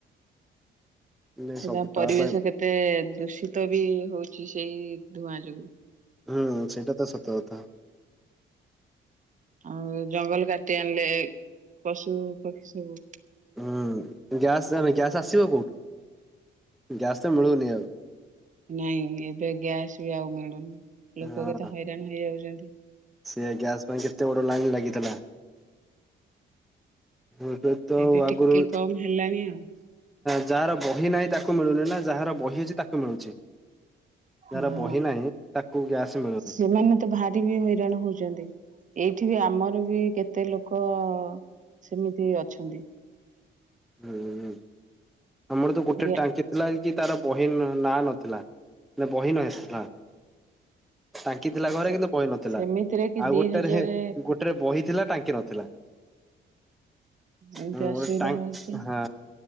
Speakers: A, in the centre; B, on the right (about 40°).
A: ନାଇଁ
B: ସେ
A: ସବୁ
B: ଯା
A: ତା
B: ପରିବେଶ
A: ପାଇଁ
B: କେତେ ଦୂଷିତ ୀତ ବି ହଉଛି ସେଇ ଧୂଆଁ ଯୋଗୁ
A: ହୁଁ ସେଇଟା ତ ସତ କଥା
B: ଆଉ ଜଙ୍ଗଲ କାଟି ଆଣିଲେ ପଶୁ ପକ୍ଷୀ ସବୁ
A: ହୁଁ ଗ୍ୟାସ୍ ଗ୍ୟାସ୍ ଆସିବ କୋଉ ଗ୍ୟାସ ତ ମିଳୁନି ଆଉ।
B: ନାଇଁ ଏବେ ଗ୍ୟାସ ବି ଆଉ ମିଳୁନି ଲୋକ
A: ହଁ
B: କେ ତେ ହଇରାଣ ହେଇଯାଉଛନ୍ତି। <inaudible>
A: ସେ ଗ୍ୟାସ ପାଇଁ କେତେ ବଡ ଲାଇନ୍ ଲାଗିଥିଲା। ଏବେ ତ
B: ଏବେ
A: ଆଗରୁ
B: ଟିକେ କମ ହେଲାଣି ଆଉ।
A: ଯାହାର ବହି ନାହିଁ ତାକୁ ମିଳୁନି ନା ଯାହାର ବହି ଅଛି ତାକୁ ମିଳୁଛି।
B: ହଁ
A: ଯାହାର ବହି ନାହିଁ ତାକୁ ଗ୍ୟାସ୍ ମିଳୁନି
B: ସେମାନେ ତ ଭାରି ବି ହଇରାଣ ହଉଛନ୍ତି। ଏଇଠି ବି ଆମର ବି କେତେ ଲୋକ ସେମିତି ଅଛନ୍ତି।
A: ହୁଁ ହୁଁ। ଆମର ତ ଗୋଟେ
B: ଯେ
A: ଟାଙ୍କି ଥିଲା। କି ତାର ବହିନ ନାଁ ନଥିଲା ନା ବହିନ ନଥିଲା। ଟାଙ୍କି ଥିଲା ଘରେ
B: ସେ
A: କିନ୍ତୁ ବହି ନଥିଲା
B: ସେମିତିରେ କି
A: ଆଉ
B: ଦି
A: ଗୋଟେ
B: ହଜାର ହଁ
A: ଗୋଟେରେ ବହି ଥିଲା ଟାଙ୍କି ନଥିଲା
B: ଏମିତି
A: ଗୋଟ
B: ଅସୁବିଧା ହଉଛି
A: ହଁ